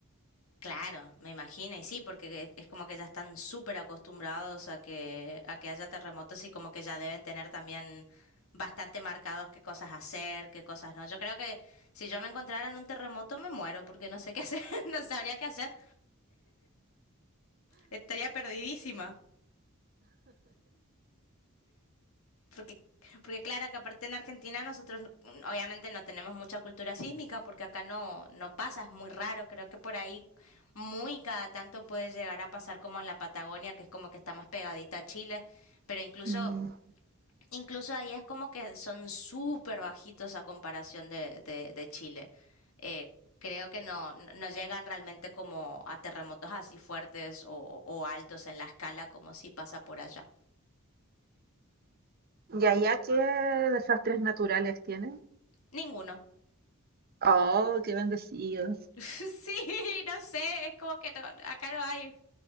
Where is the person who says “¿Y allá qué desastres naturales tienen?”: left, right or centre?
Right